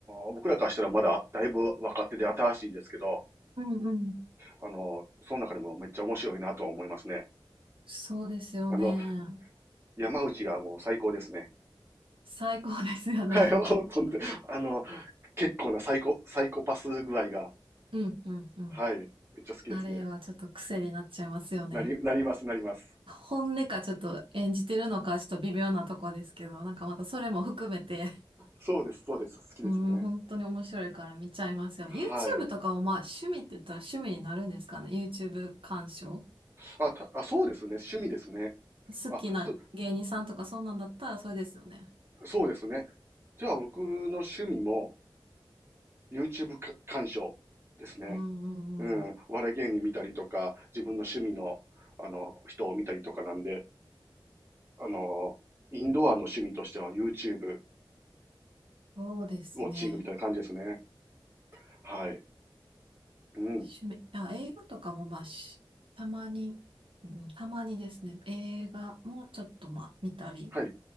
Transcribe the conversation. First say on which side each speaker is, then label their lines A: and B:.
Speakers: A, on the right (about 30°); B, on the right (about 75°).
A: ー僕らからしたらまだだいぶ若手で新しいんですけど、
B: うんうん。
A: あのーその中でもめっちゃ面白いなとは思いますね。
B: そうですよね。
A: あの、山内がもう最高ですね。
B: 最高ですよね。
A: はい、<laughs> 本当に、あの、結構なサイコ、サイコパス具合が、
B: うんうんうん。
A: はい、めっちゃ好きですね。
B: あれはちょっと癖になっちゃいますよね。
A: なり、なります、なります。
B: 本音かちょっと演じてるのかちょっと微妙なとこですけど、なんかまたそれも含めて、
A: そうです、そうです、好きですね。
B: うん、本当に面白いから見ちゃいますよね。
A: はい。
B: YouTube とかはまあ趣味って言ったら趣味になるんですかね。YouTube 鑑賞。
A: あ、た、あ、そうですね、趣味ですね。
B: 好きな芸人さんとかそんなんだったらそれですよね。
A: あ、と、そうですね。じゃあ僕の趣味も YouTube か鑑賞ですね。
B: うんうんうん。
A: うん、お笑い芸人見たりとか、自分の趣味の、あの、人を見たりとかなんで、あの、インドアの趣味としては YouTube、
B: そうですね。
A: ウォッチングみたいな感じですね。はい。うん。
B: 趣味、あ、映画とかもまあし、たまに、うん、たまにですね、映画もちょっとまあ見たり、
A: はい。